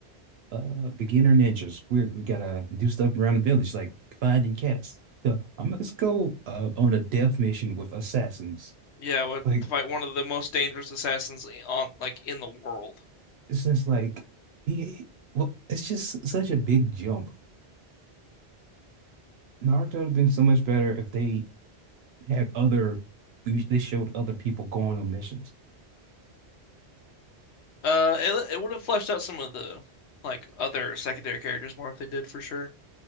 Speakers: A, on the right; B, on the left.
A: uh beginner ninjas we we gotta do stuff around the village like finding cats so I'm like, let's go uh on a death mission with assassins
B: Yeah, with-
A: like
B: to fight one of the most dangerous assassins on like in the world.
A: it's just like yeah well it's just such a big jump Naruto would have been so much better if they had other they showed other people going on missions
B: Uh, it it would have fleshed out some of the like other secondary characters more if they did for sure.